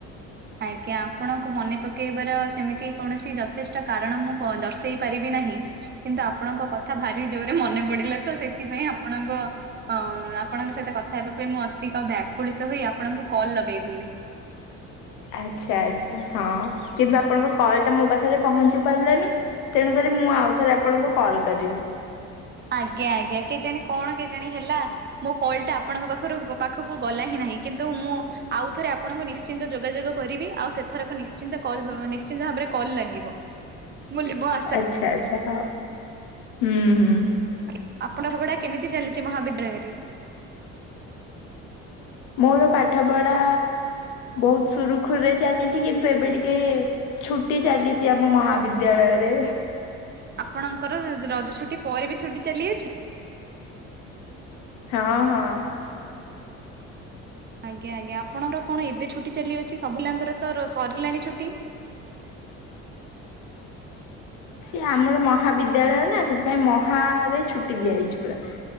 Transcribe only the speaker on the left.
ଆଚ୍ଛା ଆଚ୍ଛା ହଁ, କିନ୍ତୁ ଆପଣଙ୍କ କଲ୍ ଟା ମୋ ପାଖରେ ପହଞ୍ଚି ପାରିଲାନି। ତେଣୁକରି ମୁଁ ଆଉଥରେ ଆପଣଙ୍କୁ କଲ୍ କରିଲି।
ଆଚ୍ଛା ଆଚ୍ଛା ହଉ ହୁଁ ହୁଁ।
ମୋର ପାଠ ପଢା ବହୁତ ସୁରୁଖୁରୁରେ ଚାଲିଛି, କିନ୍ତୁ ଏବେ ଟିକେ ଛୁଟି ଚାଲିଚି ଆମ ମହାବିଦ୍ୟାଳୟରେ।
ହଁ ହଁ।
ସିଏ ଆମର ମହାବିଦ୍ୟାଳୟ ନା ସେଥିପାଇଁ ମହାଆରେ ଛୁଟି ଦିଆଇଚି ପୁରା।